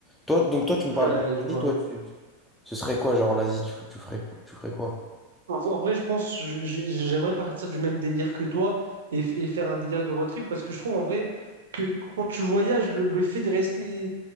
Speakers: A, in the centre; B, on the right.
A: Toi, donc toi, tu
B: Ouais,
A: me parles
B: je vois.
A: d'Asie, toi, tu- tu- ce serait quoi, genre l'Asie, tu, tu ferais, tu ferais quoi?
B: En en vrai, je pense, je- j'ai- j'aimerais partir du même délire que toi et, f- et faire un délire de road trip parce que je trouve en vrai que quand tu voyages, le, le fait de rester